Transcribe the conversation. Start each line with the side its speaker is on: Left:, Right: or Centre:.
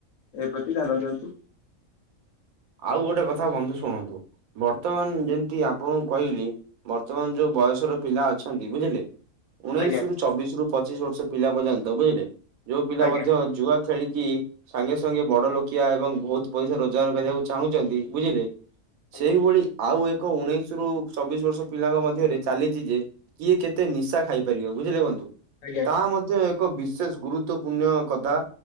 Left: ଏ ପ୍ରତି ଧ୍ୟାନ ଦିଅନ୍ତୁ
Right: ଆଉ ଗୋଟେ କଥା କୁହନ୍ତୁ ଶୁଣନ୍ତୁ ବର୍ତ୍ତମାନ ଯେମିତି ଆପଣଙ୍କୁ କହିଲି ବର୍ତ୍ତମାନ ଯୋଉ ବୟସର ପିଲା ଅଛନ୍ତି ବୁଝିଲେ ଉଣେଇଶ
Left: ଆଜ୍ଞା
Right: ରୁ ଚବିଶ ରୁ ପଚିଶ ବର୍ଷ ପିଲା ପର୍ଯ୍ୟନ୍ତ ବୁଝିଲେ ଯୋଉ ପିଲା
Left: ଆଜ୍ଞା
Right: ମଧ୍ୟ ଯୁଆ ଖେଳିକି ସାଙ୍ଗେ ସାଙ୍ଗେ ବଡ ଲୋକିଆ ଏବଂ ବହୁତ ପଇସା ରୋଜଗାର କରିବାକୁ ଚାହୁଁଛନ୍ତି ବୁଝିଲେ
Left: ଆଜ୍ଞା
Right: ସେଇଭଳି ଆଉ ଏକ ଉଣେଇଶ ରୁ ଚବିଶ ବର୍ଷ ପିଲାଙ୍କ ମଧ୍ୟରେ ଚାଲିଛି ଯେ କିଏ କେତେ ନିଶା ଖାଇପାରିବ ବୁଝିେଖନ୍ତୁ
Left: ଆଜ୍ଞା
Right: ତାହା ମଧ୍ୟ ଏକ ବିଶେଷ ଗୁରୁତଵପୂର୍ଣ୍ଣ କଥା